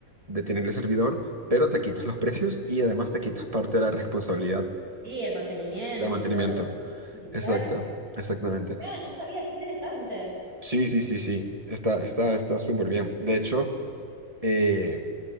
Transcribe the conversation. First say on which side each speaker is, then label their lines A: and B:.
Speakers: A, on the right (about 25°); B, on the right (about 75°).
A: de tener el servidor, pero te quitas los precios y además te quitas parte de la responsabilidad
B: Sí, el mantenimiento
A: del mantenimiento.
B: y todo lo... Mm,
A: Exacto,
B: Claro.
A: exactamente.
B: Mirá, no sabía, qué interesante.
A: Sí, sí, sí, sí. Está, está, está súper bien. De hecho, eh,